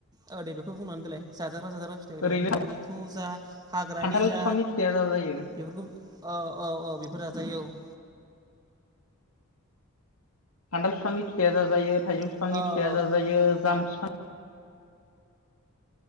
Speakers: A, on the right; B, on the left.
A: औ दे बेखौ बुंनानै होलाय जाजा जाग्रा फिथाइ
B: ओरैनो
A: दे ननिखौ जा हाग्रानि
B: खान्थाल
A: जा
B: बिफांनि फिथाइया जाजायो
A: बेफोरखौ अ औ औ औ बेफोर जाजायो औ।
B: खान्थाल फिफांनि फिथाइया जाजायो थाइजौ
A: औ
B: फिफांनि
A: औ
B: फिथाइया जाजायो जाम फि